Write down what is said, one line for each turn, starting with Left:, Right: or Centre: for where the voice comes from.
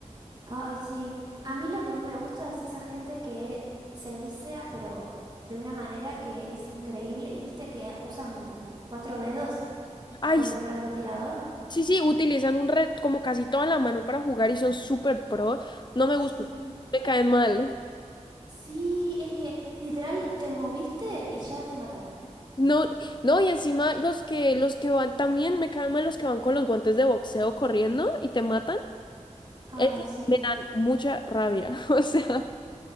Right: Ay, sí. A mí lo que no me gusta es esa gente que se vicia, pero de una manera que es increíble. ¿Y viste que usan cuatro dedos
Left: Ay,
Right: con el francotirador?
Left: Sí, sí, utilizan un red como casi toda la mano para jugar y son súper pro. No me
Right: Sí.
Left: gustan, me caen mal.
Right: Sí, es que literal te moviste y ya te mataron.
Left: No, no, y encima los que, los que van, también me caen mal los que van con los guantes de boxeo corriendo y te matan.
Right: Ay,
Left: Esos
Right: sí.
Left: me dan mucha rabia. <laughs> O sea,